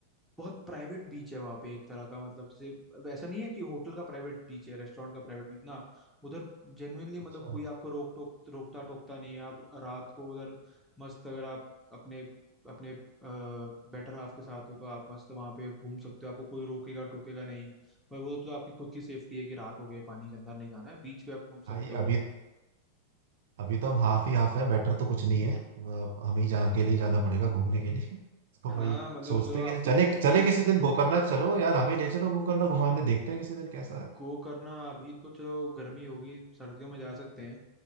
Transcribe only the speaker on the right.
अच्छा
भाई
अभी अभी तो हम हाफ ही हाफ है बेटर तो कुछ नहीं है अब हमें ही जहाँ अकेले ही जाना पड़ेगा घूमने के लिए तो
भाई
सोचते
हैं कि चले
चले किसी दिन गोकर्णा चलो यार हमें ले चलो गोकर्णा घुमाने देखते हैं किसी दिन कैसा है